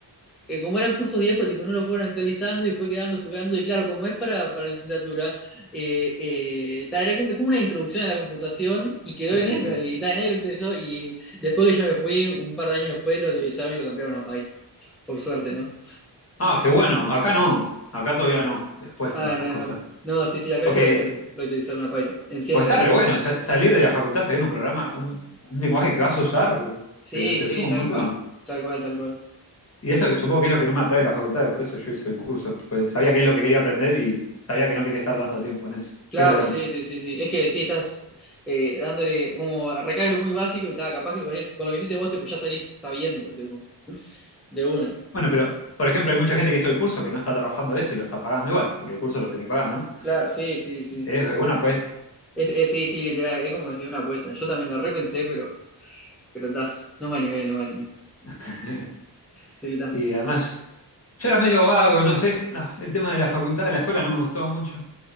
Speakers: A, in the centre; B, on the left (about 35°).
A: eh, como eran cursos viejos, tipo, no lo fueron actualizando y fue quedando, fue quedando. Y claro, como es para, para licenciatura, eh, eh, ta, era como, es como una introducción a la computación y quedó
B: Sí,
A: en esa.
B: sí.
A: Y ta, nadie lo actualizó. Y después que yo me fui, un par de años después, lo actualizaron y lo cambiaron a Python. Por suerte, ¿no?
B: Ah, qué bueno. Acá no. Acá todavía no. Les cuesta
A: Ah,
B: esas
A: no,
B: cosas.
A: no. No, sí, sí, acá
B: Porque,
A: ya lo utilizaron, lo utilizaron a Python. En ciencia,
B: porque está
A: en.
B: re bueno sa- salir de la facultad sabiendo un programa, un, un lenguaje que vas a usar,
A: Sí,
B: te, te
A: sí,
B: suma
A: tal
B: un montón.
A: cual. Tal cual, tal cual.
B: Y eso que supongo que es lo que no me atrae de la facultad, por eso yo hice el curso. Pues sabía qué es lo que quería aprender y sabía que no quería estar dando tiempo en eso.
A: Claro,
B: Pero bueno.
A: sí, sí, sí, sí. Es que sí, estás eh, dándole, como recaes lo muy básico y tal, capaz que con eso, con lo que hiciste vos, tipo, ya salís sabiendo, tipo, de una.
B: Bueno, pero, por ejemplo, hay mucha gente que hizo el curso que no está trabajando de esto y lo está pagando igual, porque el curso lo tenía que pagar, ¿no?
A: Claro, sí, sí, sí.
B: Es buena apuesta.
A: Es, es- sí, sí, literal, es como decir una apuesta. Yo también lo repensé, pero, pero está, no me animé, no me animé.
B: <laughs>
A: Así que está.
B: Y además, yo era medio vago, no sé, no, el tema de la facultad, de la escuela no me gustó mucho.